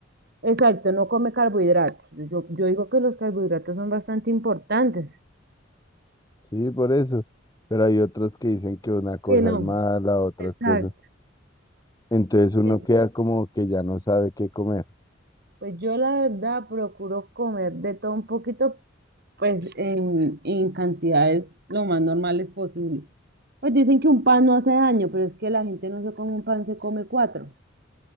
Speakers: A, on the right; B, on the left.
A: exacto, no come carbohidratos. Yo, yo digo que los carbohidratos son bastante importantes.
B: sí, por eso. Pero hay otros que dicen que una cosa
A: Que no,
B: es mala, otras
A: exacto.
B: cosas. Entonces uno
A: sí.
B: queda como que ya no sabe qué comer.
A: Pues yo la verdad procuro comer de todo un poquito, pues en, en cantidades lo más normales posible. Pues dicen que un pan no hace daño, pero es que la gente no se come un pan, se come cuatro.